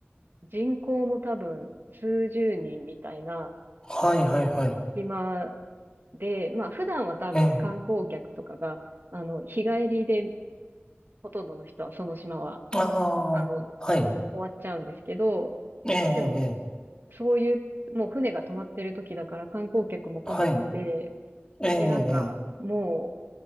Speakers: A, on the right (about 55°); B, on the left (about 20°).
A: 人口も多分数十人みたいな
B: はい、はい、はい。
A: 島で、まあ普段は多分観光客とかが、
B: ええ、
A: あの、日帰りでほとんどの人はその島は、
B: ああ、
A: あの、終
B: はい。
A: わっちゃうんですけど、
B: ええ、ええ、
A: でも、そういう、もう船が止まってる時だから観光客も来なくて、
B: はい。ええ、ええ、
A: で、なんか、も